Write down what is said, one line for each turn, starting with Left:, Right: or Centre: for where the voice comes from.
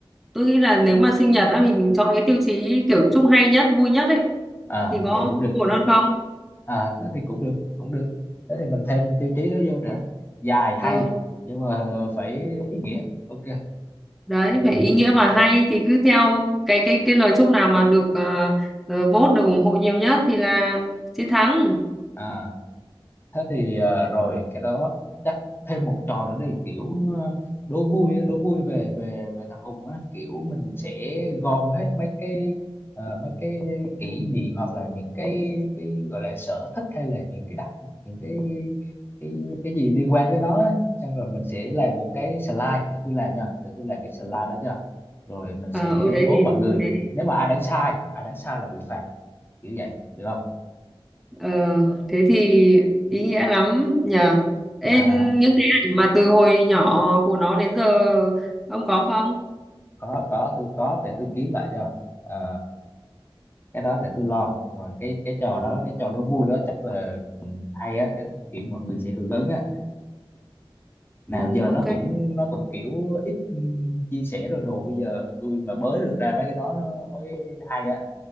Centre: tôi nghĩ là nếu mà sinh nhật á thì mình chọn cái tiêu chí kiểu chúc hay nhất vui nhất ấy
Left: à
Centre: thì có,
Left: vậy cũng
Centre: có
Left: được
Centre: ổn hơn không
Left: à thế thì cũng được cũng được thế thì mình thêm tiêu chí đó vô nữa dài hay
Centre: Ừ.
Left: nhưng mà phải ý nghĩa ok
Centre: đấy phải ý nghĩa và hay thì cứ theo cái cái cái lời chúc nào mà được ờ, ờ, vote được ủng hộ nhiều nhất thì là chiến thắng
Left: à thế thì ờ, rồi cái đó chắc thêm một trò nữa đi kiểu ờ, đố vui á, đố vui về về về thằng Hùng á kiểu mình sẽ gom hết mấy cái ờ, mấy cái kỷ niệm hoặc là những cái cái gọi là sở thích hay là những cái đặc những cái cái cái gì liên quan tới nó á. xong rồi mình sẽ làm một cái slide để tôi làm nha để tôi làm cái slide đó nha rồi mình sẽ
Centre: ờ ôi đấy
Left: đố
Centre: thì
Left: mọi người
Centre: thế thì,
Left: nếu mà ai đánh sai ai đánh sai là bị phạt kiểu vậy được không
Centre: ờ, thế thì ý nghĩa lắm nhờ Ê,
Left: à
Centre: những cái ảnh mà từ hồi nhỏ của nó đến giờ ông có không
Left: có có tôi có để tôi kiếm lại cho Ờ, cái đó để tôi lo rồi cái cái trò
Centre: ừ,
Left: đó cái trò nó vui đó chắc là ừ, hay á cái kiểu mọi người sẽ hưởng ứng á nào
Centre: ừ,
Left: giờ
Centre: ok
Left: nó cũng nó cũng kiểu ít ừ, chia sẻ rồi đồ bây giờ tôi mà bới được ra mấy cái đó nó mới hay á